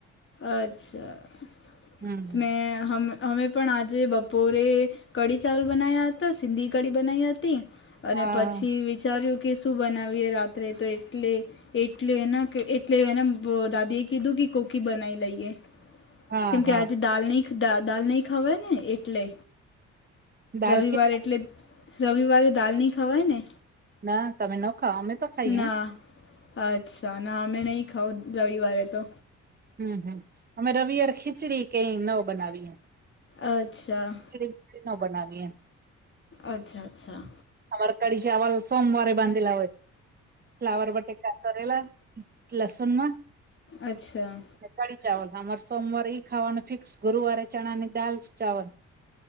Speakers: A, on the left; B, on the right.
A: અચ્છા
B: હમ
A: મેં હ અમે પણ આજે બપોરે કઢી ચાવલ બનાવ્યા હતા, સિંધી કઢી બનાવી હતી. અને
B: હા
A: પછી વિચાર્યું કે શું બનાવીએ રાત્રે તો એટલે! એટલે એના, એટલે એને દાદી એ કીધું કે કોકી બનાવી લઈએ.
B: હા
A: કેમ
B: હા
A: કે આજે દાલ નહી દાલ નહી ખાવાય ને એટલે.
B: દાળ
A: રવિવારે
B: કે
A: એટલે રવિવારે દાલ નહી ખવાય ને?
B: ના તમે ન ખાઓ? અમે તો ખાઈએ
A: ના અચ્છા ના હમે નહીં ખાઓ રવિવારે તો.
B: હમ હમ અમે રવિવારે ખીચડી કઈ ન બનાવીએ.
A: અચ્છા!
B: <inaudible> નો બનાવી એમ
A: અચ્છા અચ્છા!
B: અમાર કઢી ચાવલ સોમવારે બાંધેલા હોય, ફ્લાવર બટે કરેલા લસુન માં
A: અચ્છા!
B: કળી ચાવલ આમારે સોમવાર ઈ ખાવાનું ફિક્સ ગુરુવારે ચણા ની દાલ ચાવલ <inaudible>